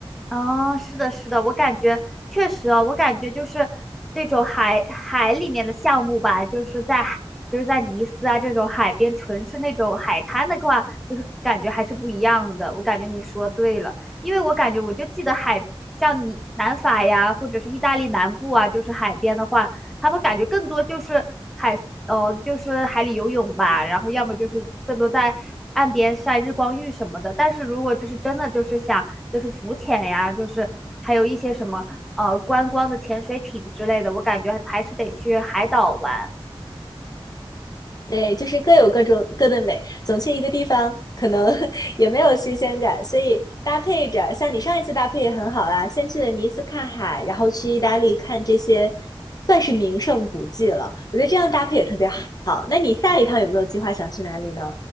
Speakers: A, in the centre; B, on the left.
A: 哦，是的，是的，我感觉确实哦，我感觉就是这种海海里面的项目吧，就是在海就是在尼斯啊这种海边，纯是那种海滩的话，就是感觉还是不一样的。我感觉你说对了，因为我感觉我就记得海，像你南法呀，或者是意大利南部啊，就是海边的话，他们感觉更多就是海，呃，就是海里游泳吧，然后要么就是更多在岸边晒日光浴什么的。但是如果就是真的就是想就是浮潜呀，就是还有一些什么呃观光的潜水艇之类的，我感觉还是得去海岛玩。
B: 对，就是各有各种各的美。总去一个地方，可能 <laughs> 也没有新鲜感，所以搭配着，像你上一次搭配也很好啊，先去了尼斯看海，然后去意大利看这些算是名胜古迹了。我觉得这样搭配也特别好。那你下一趟有没有计划想去哪里呢？